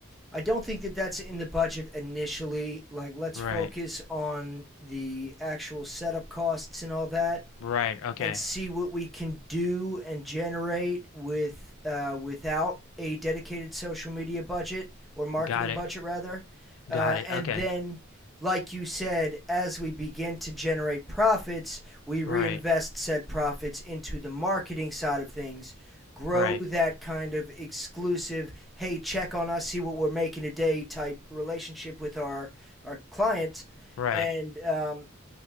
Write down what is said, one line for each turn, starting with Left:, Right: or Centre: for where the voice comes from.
Centre: I don't think that that's in the budget initially. Like, let's
Left: right
Centre: focus on the actual setup costs and all that.
Left: right okay
Centre: and see what we can do and generate with uh, without a dedicated social media budget or marketing
Left: got it
Centre: budget rather uh,
Left: got it
Centre: and
Left: okay
Centre: then like you said as we begin to generate profits we reinvest
Left: right
Centre: said profits into the marketing side of things grow
Left: right
Centre: that kind of exclusive hey check on us see what we're making today type relationship with our our clients
Left: Right.
Centre: and um,